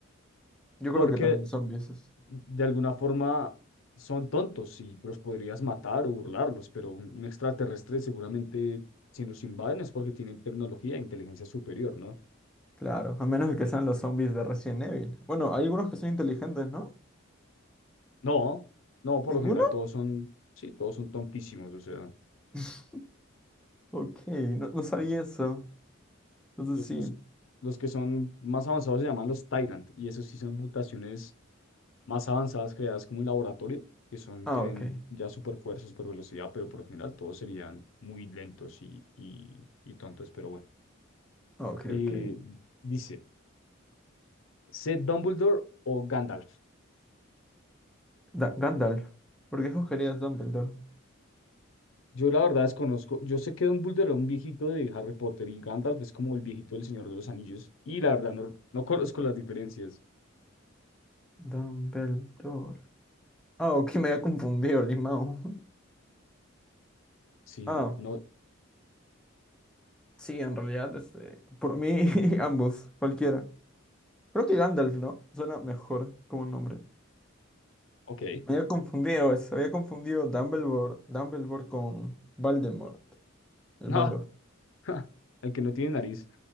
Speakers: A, in the centre; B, on the left (about 70°).
A: Yo
B: porque
A: creo que también zombies.
B: de alguna forma son tontos y los podrías matar o burlarlos, pero un, un extraterrestre seguramente si nos invaden es porque tienen tecnología e inteligencia superior, ¿no?
A: Claro, a menos de que sean los zombies de Resident Evil. Bueno, hay algunos que son inteligentes, ¿no?
B: No, no, por
A: ¿Ninguno?
B: lo general todos son, sí, todos son tontísimos, o sea.
A: <laughs> Ok, no, no sabía eso. Entonces
B: Los,
A: sí.
B: los, los que son más avanzados se llaman los Tyrant, y esos sí son mutaciones más avanzadas creadas como en laboratorio, que son,
A: Ah,
B: tienen
A: ok.
B: ya super fuerza, super velocidad, pero por lo general todos serían muy lentos y, y, y tontos, pero bueno.
A: Ah, ok,
B: Eh,
A: ok.
B: dice, ¿sé Dumbledore o Gandalf?
A: Da- Gandalf. ¿Por qué escogerías Dumbledore?
B: Yo la verdad desconozco, yo sé que Dumbledore era un viejito de Harry Potter y Gandalf es como el viejito del Señor de los Anillos, y la verdad no, no conozco las diferencias.
A: Dumbledore. Ah, ok, me había confundido, Limao. <laughs>
B: Sí,
A: Ah,
B: no,
A: sí, en realidad, este, por mí, <laughs> ambos, cualquiera. Creo que Gandalf, ¿no? Suena mejor como nombre.
B: ok,
A: Me había confundido, se había confundido Dumbledore, Dumbledore con Voldemort, el
B: no,
A: malo.
B: <laughs> el que no tiene nariz.